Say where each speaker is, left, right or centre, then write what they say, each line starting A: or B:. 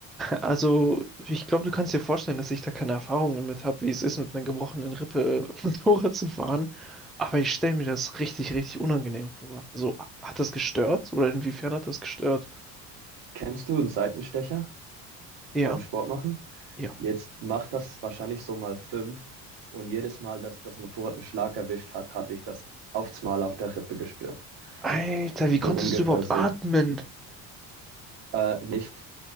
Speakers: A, in the centre; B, on the right (about 65°).
A: Also ich glaube, du kannst dir vorstellen, dass ich da keine Erfahrungen mit habe, wie es ist, mit einer gebrochenen Rippe <laughs> Motorrad zu fahren. Aber ich stelle mir das richtig, richtig unangenehm vor. So, hat das gestört? Oder inwiefern hat das gestört?
B: Kennst du einen Seitenstecher
A: Ja,
B: beim Sport machen?
A: ja.
B: Jetzt macht das wahrscheinlich so mal fünf. Und jedes Mal, dass das Motorrad einen Schlag erwischt hat, habe ich das aufs Mal auf der Rippe gespürt.
A: Alter, wie
B: So
A: konntest
B: ungefähr
A: du überhaupt
B: so.
A: atmen?
B: Äh, nicht.